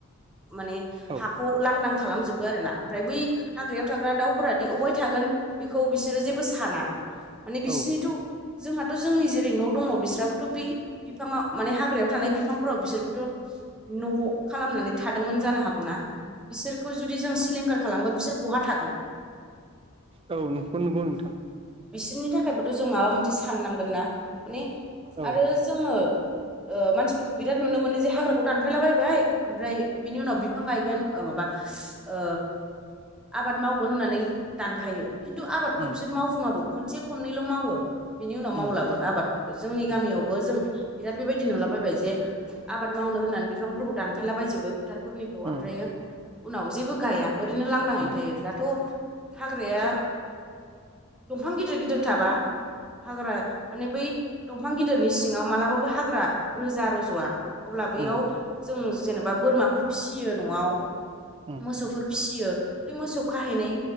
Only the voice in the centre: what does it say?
माने
हाखौ लांदां खालामजोबो आरो ना ओमफ्राय बै हाग्रायाव थाग्रा दाउफोरा अबेयाव था थागोन बेखौ बिसोरो जेबो साना माने बिसोरनिथ'
जोंहाथ' जोंनि जेरै न' दंङो बिसोराबोथ' बै बिफांङा माने हाग्रायाव थानाय बिफांफोराव बिसोरबोथ' न' खालामनानै थादोंमोन जानो हागौना बिसोरखौ जुदि जों सिलिंखार खालामबा बिसोर बहा थागोन
बिनि थाखायबोथ' जों माबा मोनसे साननांगोन ना माने
आरो जोंङो मानसिफोरखौ बिराद नुनो मोनो जे हाग्राखौ दानफायलाबायायबाय ओमफ्राय बिनि उनाव बिफां गायगोन माबा ओ आबाद मावगोन होननानै दानफायो खिन्थु आबादखौ
बिसोर मावफुंङाबो खनसे खननैल' मावो बिनि उनाव
मावलाबो आबादफोरखौ जोंनि गामियावबो
जों बिराद बेबायदि नुला बायबाय जे आबाद मावनो होननानै बिफांफोरखौ दानफायला बाजोबो फोथारफोरनिखौ
ओमफ्रायो उनाव जेबो गाया ओरैनो लांदाङैनो
थायो दाथ' हाग्राया दंफां गिदिर गिदिर थाबा हाग्रा माने बै दंफां गिदिरनि सिङांव मालाबाबो हाग्रा रोजा रुज'वा अब्ला ज लाबैयाव
जों जेनेबा बोरमाफोर फिसियो न'आव
मोसौफोर फिसियो बै मोसौ खाहैनाय